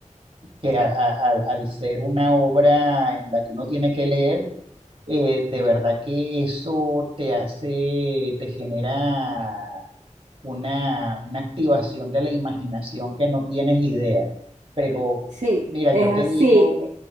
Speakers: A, on the right (about 45°); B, on the right (about 65°).
A: que a- a- al al ser una obra en la que uno tiene que leer, eh, de verdad que eso te hace, te genera una, una activación de la imaginación que no tienes idea. Pero
B: Sí,
A: mira,
B: es
A: yo
B: así.
A: te digo,